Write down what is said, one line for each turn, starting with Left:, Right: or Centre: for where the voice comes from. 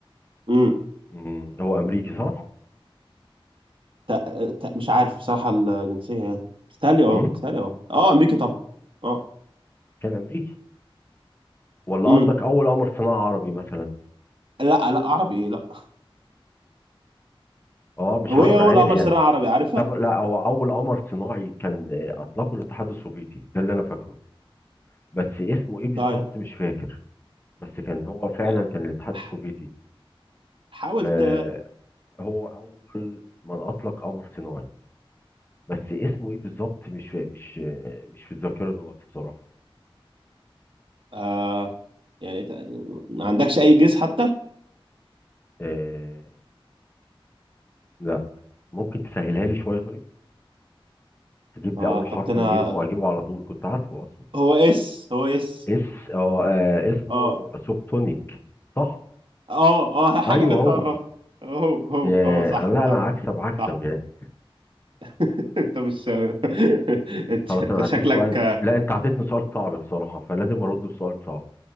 Right: امم
Left: مم. هو امريكي صح
Right: تا- تا- مش عارف بصراحة الجنسية يعني بتهيألي اه
Left: مم.
Right: بتهيألي اه اه امريكي طبعا اه
Left: كان امريكي ولا
Right: امم
Left: قصدك اول قمر صناعي عربي مثلا
Right: لا لا عربي ايه لا
Left: اه مش
Right: هو
Left: عربي
Right: ايه اول
Left: عادي
Right: قمر
Left: يعني
Right: صناعي عربي عارفها
Left: ده ب- لا هو اول قمر صناعي كان آه، اطلقه الاتحاد السوفيتي ده اللي انا فاكره بس اسمه ايه بالظبط
Right: طيب
Left: مش فاكر بس كان هو فعلا
Right: يعني
Left: كان الاتحاد
Right: ح-
Left: السوفيتي
Right: حاول
Left: آه
Right: ت...
Left: هو اول من اطلق قمر صناعي بس اسمه ايه بالظبط مش فا- مش آه، مش في الذاكره دلوقتي بصراحه
Right: آه يعني ت... ما عندكش اي جيس حتى
Left: آه لا ممكن تسهلها لي شويه طيب تجيب
Right: اه
Left: لي اول
Right: طب
Left: حرف
Right: ده انا
Left: من اسمه اجيبه على طول كنت عارفه اصلا
Right: هو اس هو اس
Left: اس اه آه، اسمه
Right: اه
Left: سوبتونيك صح
Right: اه اه حاجة
Left: ايوه
Right: كنت
Left: هو
Right: قربت هو هو
Left: يا
Right: هو صح
Left: أنا لا أنا
Right: صح
Left: هكسب هكسب
Right: صح
Left: يعني
Right: <laughs> انت مش <laughs> انت
Left: خلاص
Right: ده
Left: أنا
Right: شكلك
Left: هديك سؤال لا أنت عطيتني سؤال صعب بصراحة فلازم أرد بسؤال صعب